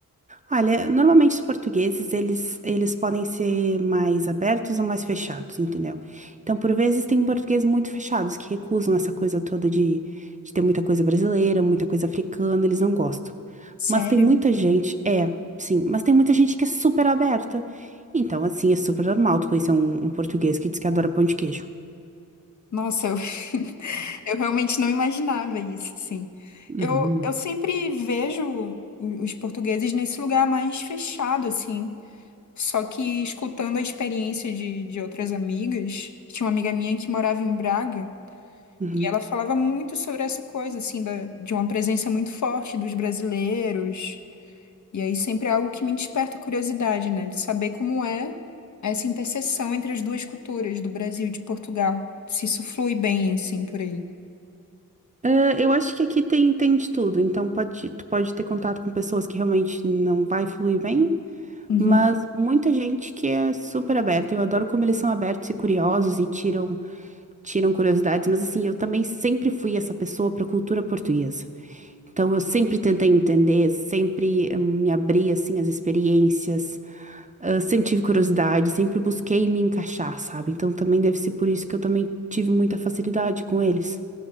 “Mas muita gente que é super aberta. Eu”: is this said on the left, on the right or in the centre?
Right